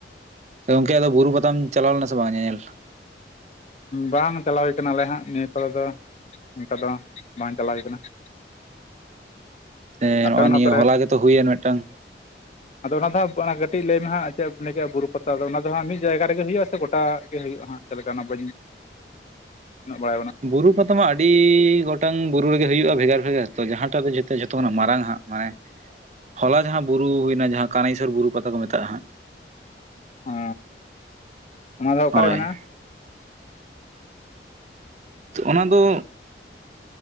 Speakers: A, on the right; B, on the left.
A: ᱜᱚᱝᱠᱮ ᱟᱫᱚ ᱵᱩᱨᱩ ᱯᱟᱛᱟᱢ ᱪᱟᱞᱟᱣ ᱞᱮᱱᱟ ᱥᱮ ᱵᱟᱝ ᱧᱮᱧᱮᱞ
B: ᱵᱟᱝ ᱪᱟᱞᱟᱣ ᱦᱩᱭ ᱠᱟᱱᱟ ᱞᱮ ᱦᱟᱸᱜ ᱱᱤᱭᱟᱹ ᱛᱟᱣ ᱫᱚ ᱚᱱᱠᱟ ᱫᱚ ᱵᱟᱝ ᱪᱟᱞᱟᱣ ᱦᱩᱭ ᱠᱟᱱᱟ <unintelligible>
A: ᱦᱮᱸ
B: ᱟᱯᱮ
A: ᱱᱚᱜᱼᱚᱭ
B: ᱚᱱᱟ
A: ᱱᱤᱭᱟᱹ
B: ᱠᱚᱨᱮ
A: ᱦᱚᱞᱟ ᱜᱮ ᱛᱚ ᱦᱩᱭᱮᱱ ᱢᱤᱫ ᱴᱟᱝ
B: ᱟᱫᱚ ᱚᱱᱟ ᱫᱚ ᱦᱟᱸᱜ ᱠᱟᱹᱴᱤᱡ ᱞᱟᱹᱭ ᱢᱮ ᱦᱟᱸᱜ ᱪᱮᱫ ᱮᱢ ᱞᱟᱹᱭ ᱠᱮᱫ ᱟ ᱵᱩᱨᱩ ᱯᱟᱛᱟ ᱫᱚ ᱚᱱᱟ ᱫᱚ ᱦᱟᱸᱜ ᱢᱤᱫ ᱡᱟᱭᱜᱟ ᱨᱮ ᱜᱮ ᱦᱩᱭᱩᱜᱼᱟ ᱥᱮ ᱜᱚᱴᱟᱜ ᱜᱮ ᱦᱩᱭᱩᱜᱼᱟ ᱦᱟᱸᱜ ᱪᱮᱫ ᱞᱮᱠᱟ ᱚᱱᱟ ᱵᱟᱹᱧ ᱩᱱᱟᱹᱜ ᱵᱟᱲᱟᱭ ᱱᱟᱜ
A: ᱵᱩᱨᱩ ᱯᱟᱛᱟ ᱢᱟ ᱟᱹᱰᱤ ᱜᱚᱴᱟᱝ ᱵᱩᱨᱩ ᱨᱮ ᱜᱮ ᱦᱩᱭᱩᱜᱼᱟ ᱵᱷᱮᱜᱟᱨ ᱵᱷᱮᱜᱟᱨ ᱛᱚ ᱡᱟᱦᱟᱸ ᱴᱟᱜ ᱫᱚ ᱡᱚ ᱡᱷᱚᱛ ᱠᱷᱚᱱᱟᱜ ᱢᱟᱨᱟᱝ ᱦᱟᱜ ᱢᱟᱱᱮ ᱦᱚᱞᱟ ᱡᱟᱦᱟᱸ ᱵᱩᱨᱩ ᱦᱩᱭᱱᱟ ᱡᱟᱦᱟᱸ ᱠᱟᱱᱟᱭᱥᱚᱨ ᱵᱩᱨᱩ ᱯᱟᱛᱟ ᱠᱚ ᱢᱮᱛᱟᱜᱼᱟ ᱦᱟᱸᱜ
B: ᱚ ᱚᱱᱟ ᱫᱚ ᱚᱠᱟᱨᱮ
A: ᱦᱳᱭ
B: ᱢᱮᱱᱟᱜᱼᱟ
A: ᱚ ᱚᱱᱟ ᱫᱚ